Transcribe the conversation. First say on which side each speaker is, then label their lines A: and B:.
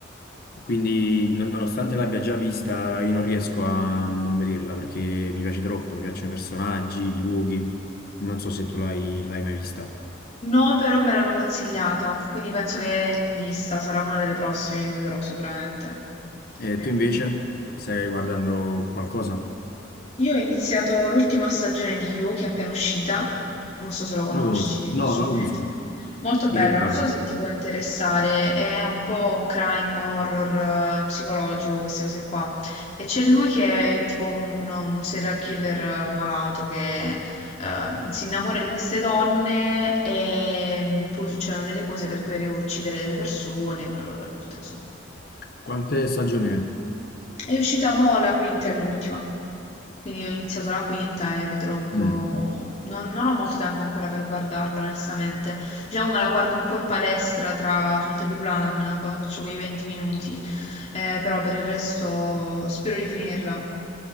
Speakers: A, on the left; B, on the left.
A: Quindi, non- nonostante l'abbia già vista, io non riesco a non vederla perché mi piace troppo, mi piacciono i personaggi, i luoghi. Non so se tu l'hai l'hai mai vista.
B: No, però me l'hanno consigliata, quindi penso che è in lista, sarà una delle prossime che vedrò sicuramente. Sì.
A: E tu invece stai guardando qualcosa?
B: Io ho iniziato l'ultima stagione di You che è appena uscita, non so se lo conosci,
A: Non la conosco. No,
B: su
A: non la
B: Netflix.
A: conosco.
B: Molto bello,
A: Di che parla?
B: non so se ti può interessare, è un po' un crime horror eh, psicologico, queste cose qua. E c'è lui che è tipo un, un serial killer eh, malato che ehm, si innamora di queste donne e mm, poi succedono delle cose per cui arriva a uccidere delle persone, bla bla bla, tutte queste cose qua.
A: Quante stagioni è?
B: È uscita mo la quinta e l'ultima. Quindi ho iniziato la quinta e vedrò un po'.
A: Mm.
B: Non, non ho molto tempo ancora per guardarla, onestamente. Diciamo me la guardo un po' in palestra tra, sul tapis roulant, quando faccio quei 20 minuti. Eh, però per il resto spero di finirla.